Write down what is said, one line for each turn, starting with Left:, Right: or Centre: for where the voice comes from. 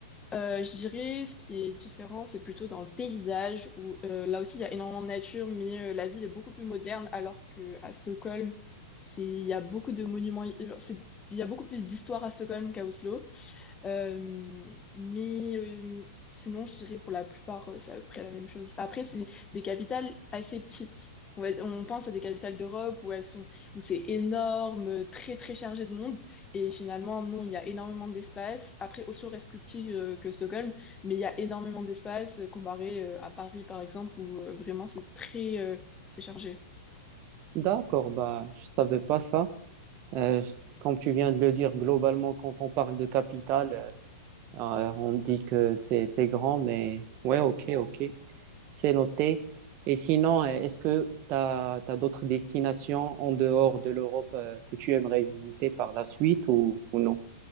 Left: Euh, je dirais ce qui est différent, c'est plutôt dans le paysage où euh, là aussi il y a énormément de nature, mais euh, la ville est beaucoup plus moderne alors que à Stockholm, c'est il y a beaucoup de monuments, euh, c'est il y a beaucoup plus d'histoire à Stockholm qu'à Oslo. Euh, mais euh, sinon, je dirais pour la plupart, euh, c'est à peu près la même chose. Après, c'est des capitales assez petites. On, va- on pense à des capitales d'Europe où elles sont, où c'est énorme, euh, très très chargé de monde. Et finalement, non, il y a énormément d'espace. Après, Oslo reste plus petit euh, que Stockholm, mais il y a énormément d'espace euh, comparé euh, à Paris, par exemple, où euh, vraiment c'est très, euh, très chargé.
Right: D'accord, bah, je savais pas ça. Euh, comme tu viens de le dire, globalement, quand on parle de capitale, euh, euh, on dit que c'est, c'est grand, mais ouais, ok, ok. C'est noté. Et sinon, euh, est-ce que tu as, d'autres destinations en dehors de l'Europe euh, que tu aimerais visiter par la suite ou, ou non?